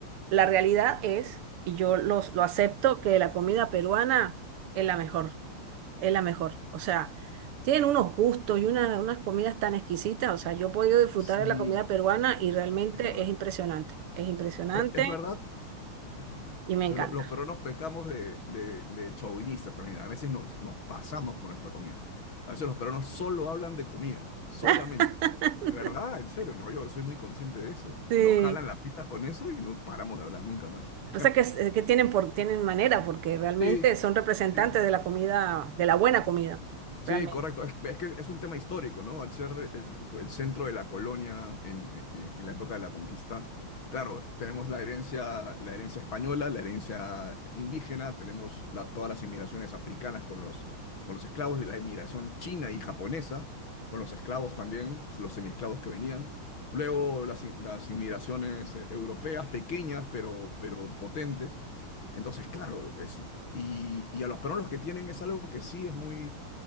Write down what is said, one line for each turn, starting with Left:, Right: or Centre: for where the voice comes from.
Right: la realidad es, y yo los, lo acepto, que la comida peruana es la mejor es la mejor. O sea, tienen unos gustos y unas, unas comidas tan exquisitas. O sea, yo he podido disfrutar
Left: Sí,
Right: de la comida peruana y realmente
Left: es verdad.
Right: es impresionante. Es impresionante
Left: Es, es verdad. Es verdad.
Right: y me
Left: Pero
Right: encanta.
Left: lo- los peruanos pecamos de, de, de chauvinistas también. A veces nos, nos pasamos con nuestra comida. A veces los peruanos solo hablan de comida, solamente.
Right: <laughs>
Left: De verdad, en serio. No, yo soy muy consciente de eso.
Right: Sí.
Left: Nos jalan la pita con eso y no paramos de hablar nunca más.
Right: Pasa
Left: <laughs>
Right: que, es- es que tienen, por, tienen manera, porque realmente
Left: Sí,
Right: son representantes
Left: Sí.
Right: de la comida, de la buena comida,
Left: Sí,
Right: realmente.
Left: correcto. Es, es que es un tema histórico, ¿no? Al ser el, el centro de la colonia en, en- en la época de la conquista, claro, tenemos la herencia, la herencia española, la herencia indígena, tenemos la- todas las inmigraciones africanas con los, con los esclavos, la inmigración china y japonesa con los esclavos también, los semiesclavos que venían. Luego las, in- las inmigraciones eh, europeas, pequeñas pero, pero potentes. Entonces, claro, es, y, y a los peruanos que tienen es algo que sí es muy